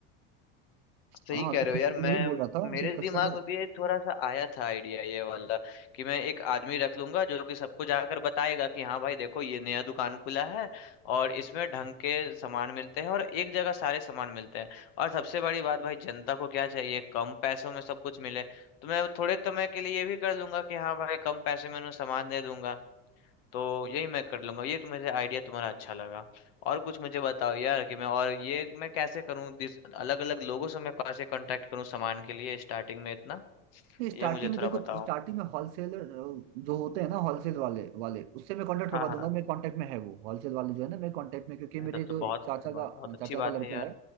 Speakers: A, on the left; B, on the right.
A: सही
B: हाँ
A: कह
B: तो
A: रहे
B: बस
A: हो यार मैं
B: यही बोल रहा था
A: मेरे
B: कि
A: दिमाग
B: कस्टमर
A: में भी ये थोड़ा सा आया था आइडिया ये वाला कि मैं एक आदमी रख लूंगा जो कि सबको जाकर बताएगा कि हाँ भाई देखो ये नया दुकान खुला है और इसमें ढंग के सामान मिलते हैं और एक जगह सारे सामान मिलते हैं और सबसे बड़ी बात भाई जनता को क्या चाहिए कम पैसों में सब कुछ मिले तो मैं थोड़े समय के लिए ये भी कर लूंगा कि हाँ भाई कम पैसे में उन्हें सामान दे दूंगा तो यही मैं कर लूंगा ये तो मुझे आइडिया तुम्हारा अच्छा लगा और कुछ मुझे बताओ यार कि मैं और ये मैं कैसे करूँ दिस अलग अलग लोगों से मैं कैसे कांटेक्ट करूँ सामान के लिए स्टार्टिंग में इतना
B: नहीं स्टार्टिंग
A: ये मुझे
B: में
A: थोड़ा
B: देखो
A: बताओ
B: स्टार्टिंग में होलसेलर जो होते हैं ना होलसेल वाले वाले उससे मैं कांटेक्ट करवा
A: हाँ हाँ
B: दूंगा मेरे कांटेक्ट में है वो होलसेल वाले जो है ना मेरे कांटेक्ट में क्योंकि मेरे
A: ये तो, तो
B: जो
A: बहुत
B: एक चाचा
A: बहुत
B: का
A: अच्छी
B: चाचा का
A: बात
B: लड़का
A: है यार
B: है